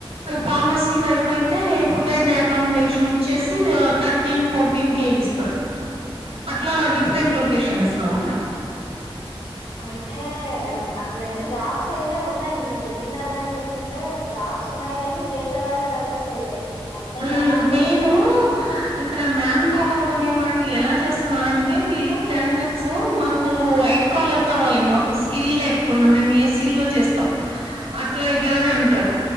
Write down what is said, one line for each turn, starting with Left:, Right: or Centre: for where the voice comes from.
Right: ఫార్మసీ వైపు అయితే అయితే ఫుడ్ అండ్ అకామిడేషన్ ఇచ్చేసి థర్టీన్ ఫోర్టీన్ కే ఇస్తారు అట్లా డిఫరెంట్ లొకేషన్స్ లో ఉన్నాయి
Left: అయితే అసలయితే జాబ్స్ అయితే ఉన్నాయి మీరు చెప్పిన దాన్ని బట్టి వింటుంటే జాబ్స్ ఉన్నాయి కగాని చేసే వాళ్ళే కరువైపోయారు అంటే
Right: హ్మ్.
Left: అమౌంట్
Right: మెయిను
Left: కొంచెం తక్కువ
Right: ఇక్కడ మ్యాన్ పవర్ అనే వాళ్ళు ఎలా చేస్తున్నారంటే వీళ్ళు క్యాండేట్స్ మాకు వైట్ కాలర్ కావాలి మాకు స్కిల్ లేకపోయినా మేము ఏసీ లో చేస్తాం అట్లా ఇట్లా అని అంటారు